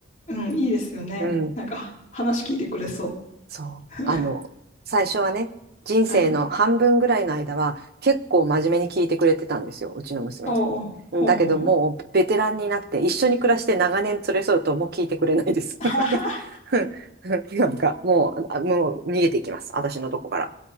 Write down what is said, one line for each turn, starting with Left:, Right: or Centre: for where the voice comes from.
Left: うん、いいですよね。
Right: うん、
Left: なんか話聞いてくれそ
Right: そう。
Left: う。<laughs>
Right: あの、最初はね、人生の半分ぐらいの間は結構真面目に聞いてくれてたんですよ、
Left: はい。
Right: うちの娘。
Left: おう、ほうほうほう。
Right: だけどもうベテランになって一緒に暮らして長年連れ添うともう聞いてくれないです。
Left: <laughs>
Right: <laughs> なんかもう、あもう逃げていきます、私のとこから。